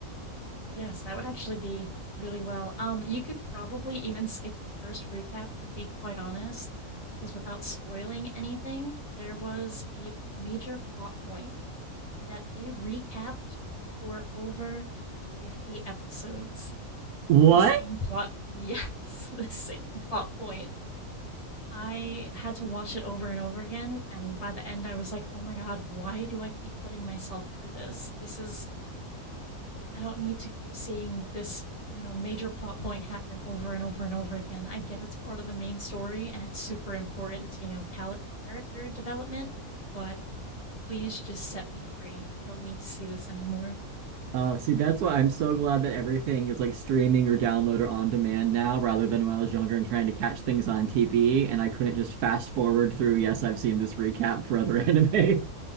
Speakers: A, on the left; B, on the right.
A: Yes, that would actually be really well. Um, you could probably even skip the first recap, to be quite honest, because without spoiling anything, there was a major plot point that they recapped for over 50 episodes.
B: What?
A: The same plot yes, <laughs> the same plot point. I had to watch it over and over again, and by the end, I was like, oh my god, why do I keep putting myself through this? This is, I don't need to keep seeing this, you know, major plot point happen over and over and over again. I get it's part of the main story and it's super important, you know, cal- character development, but please just set me free. I don't need to see this anymore.
B: Oh, see, that's why I'm so glad that everything is like streaming or download or on demand now, rather than when I was younger and trying to catch things on TV and I couldn't just fast forward through, yes, I've seen this recap for other <laughs> anime.